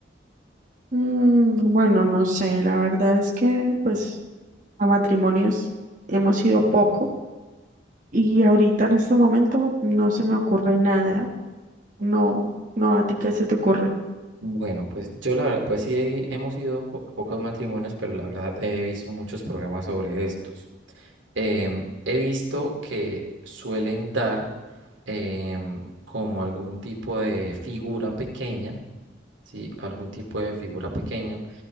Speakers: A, on the right; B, on the right.
A: Mm, bueno, no sé, la verdad es que pues a matrimonios hemos ido poco y ahorita en este momento no se me ocurre nada. No, no, ¿a ti qué se te ocurre?
B: Bueno, pues yo la verdad, pues sí he- hemos ido po- a pocos matrimonios, pero la verdad he visto muchos programas sobre estos. Em, he visto que suelen dar em, como algún tipo de figura pequeña, ¿sí? Algún tipo de figura pequeña